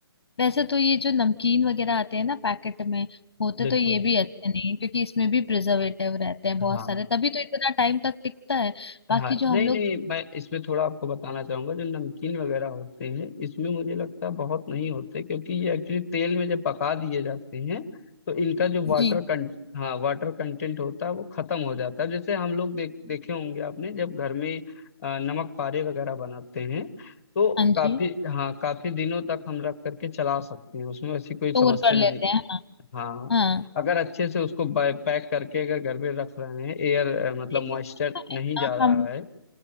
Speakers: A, on the left (about 70°); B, on the left (about 40°).
A: वैसे तो ये जो नमकीन वगैरह आते हैं ना पैकेट में होते
B: बिल्कुल
A: तो ये भी अच्छे नहीं हैं, क्योंकि इसमें भी प्रिजर्वेटिव रहते हैं बहुत
B: हाँ
A: सारे तभी तो इतना टाइम तक टिकता है
B: हाँ
A: बाकी जो
B: नहीं
A: हम लोग
B: नहीं मैं इसमें थोड़ा आपको बताना चाहूंगा जो नमकीन वगैरह होते हैं इसमें मुझे लगता है बहुत नहीं होते क्योंकि ये एक्चुअली तेल में जब पका दिए जाते हैं तो इनका जो वाटर
A: जी
B: कंट हाँ वाटर कंटेंट होता है वो खत्म हो जाता है जैसे हम लोग देख देखे होंगे आपने जब घर में अ, नमक पारे वगैरह बनाते हैं तो
A: हाँ जी
B: काफी हाँ काफी दिनों तक हम रख करके चला सकते हैं उसमें वैसी कोई
A: स्टोर
B: समस्या
A: कर लेते
B: नहीं
A: हैं हाँ
B: हाँ
A: हाँ
B: अगर अच्छे से उसको पैक करके अगर घर में रख रहे हैं एयर मतलब
A: लेकिन
B: मॉइस्चर नहीं जा रहा
A: हम
B: है